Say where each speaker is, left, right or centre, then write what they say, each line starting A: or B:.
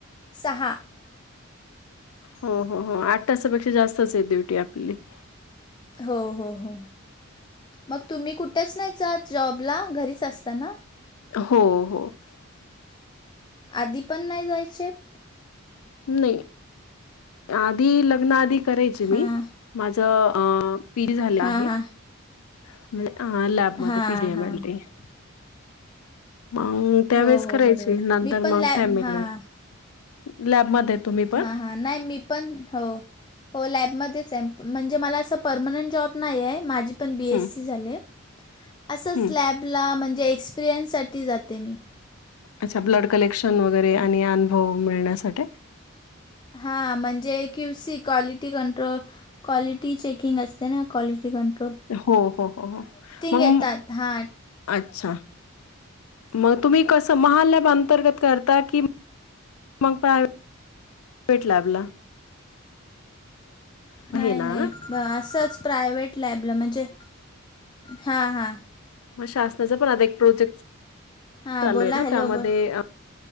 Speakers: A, on the left (about 20°); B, on the left (about 85°).
A: सहा <unintelligible>
B: हो हो हो आठ तासापेक्षा जास्तच आहे ड्युटी आपली <unintelligible>
A: हो हो हो मग तुम्ही कुठेच नाही चत जॉबला घरीच असताना
B: हो हो <unintelligible>
A: आधी पण नाही जायचे <unintelligible>
B: नाही <unintelligible> आधी लग्न आधी करायचे
A: हां,
B: मी माझं पी जी झालं
A: हां,
B: आहे
A: हां.
B: <unintelligible> म्हजे ह लाॅब म
A: हां,
B: पिडया
A: हां.
B: मॅले <unintelligible> मग त्यावेेळेस
A: हो, हो,
B: करायची
A: बरोबर.
B: नंतर
A: मी पण
B: मग
A: लॅब
B: फॅमिली
A: हां,
B: <unintelligible> लॅबमध्ये तुम्ही पण
A: हां,
B: <unintelligible>
A: हां. नाही मी पण हो <unintelligible> हो लॅबमध्येच आहे म्हणजे मला असं परर्मनंट जॉब नाही आहे माझी <unintelligible> पण बी
B: हम्म
A: एस सी झाले असंच
B: हम्म
A: लॅबला म्हणजे एक्सपिरियन्ससाठी जाते मी
B: अच्छा ब्लड कलेक्शन वगैरे आणि अनुभव मिळण्यासाठी <unintelligible>
A: हां म्हणजे Q C quality control <unintelligible> quality checking असते ना क्वालिटी कं <unintelligible>
B: हो हो हो हो मग
A: येतात.
B: <unintelligible>
A: हां.
B: अच्छा मग तुम्ही कस महालब अंतर्गत करता की <unintelligible> मग प्रा प्रट लॅबला <unintelligible> आहे
A: नाही
B: ना
A: नाही ब असंच प्रायव्हेट लाॅबलं म्हणजे हां हां <unintelligible>
B: मग शासनाचा पण आता एक प्रोजेक्ट
A: हां
B: चालू
A: बोला
B: आहे ना
A: हॅलो
B: त्यामध्ये
A: बोल
B: <unintelligible>